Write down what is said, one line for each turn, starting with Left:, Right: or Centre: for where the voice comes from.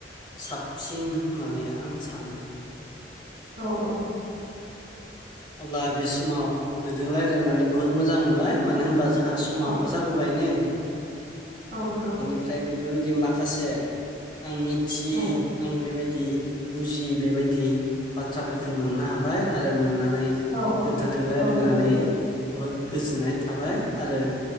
Left: साबसिन होननानै आं सानो।
Right: औ औ।
Left: <inaudible> अब्ला बे समाव नोंदों रायज्लायनानै बुहुत मोजां मोनबाय मानो होनबा जोंहा स समाबो
Right: औ
Left: जाबोबायनो।
Right: औ नंगौ।
Left: ओमफ्राय बेबायदि माखासे आं मिथियै
Right: औ
Left: आं बेबायदि बुजियि बेबायदि बाथ्राफोरखौ मोननो हाबाय आरो मोननानै
Right: औ औ
Left: नोंथांजों
Right: औ
Left: रायलायनानै
Right: नंगौ औ
Left: बहुद गोजोननाय थाबाय आरो